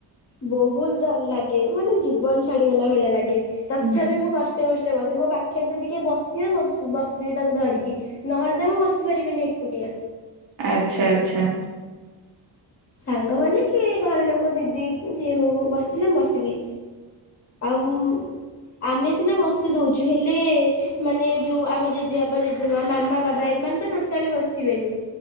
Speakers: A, on the left; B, on the right.
A: ବହୁତ ଡର ଲାଗେ ମାନେ ଜୀବନ ଛାଡିଗଲା ଭଳିଆ ଲାଗେ ତଥାପି
B: ହୁଁ।
A: ମୁଁ କଷ୍ କଷ୍ଟ ମଷ୍ଟେ ବସେ ମୋ ପାଖରେ ଯଦି କିଏ ବସିବ ବସ୍ ବସିବି ତାକୁ ଧରିକି ନହେଲେ ତ ମୁଁ ବସି ପାରିବିନି ଏକୁଟିଆ।
B: ଆଚ୍ଛା ଆଚ୍ଛା।
A: ସାଙ୍ଗମାନେ କି ଘର ଲୋକ ଦିଦି କି ଯିଏ ହଉ। ବସିଲେ ମୁଁ ବସିବି ଆଉ ମୁଁ ଆମେ ସିନା ବସ ବସି ଦଉଛୁ ହେଲେ ମାନେ ଯୋଉ ଆମ ଜେଜେବାପା ଜେଜେମା ମାମା ବାବା ଏମାନେ ତ ଟୋଟାଲି ବସିବେନି।